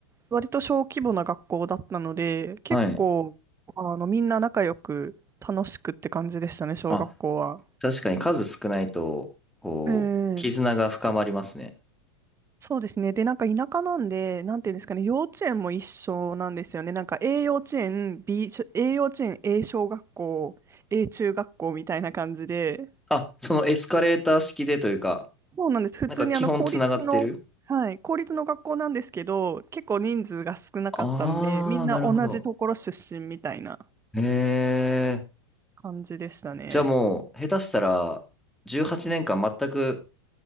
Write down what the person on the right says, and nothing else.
割と小規模な学校だったので、結構、
あの、みんな仲良く楽しくって感じでしたね、小学校は。
う
ん。そうですね。で、なんか田舎なんで、なんていうんですかね、幼稚園も一緒なんですよね。なんか A 幼稚園、B、A 幼稚園、A 小学校、A 中学校みたいな感じで、
そうなんです。普通にあの公立の、
はい、公立の学校なんですけど、結構人数が少なかったんで、
みんな同じところ出身みたいな
感じでしたね。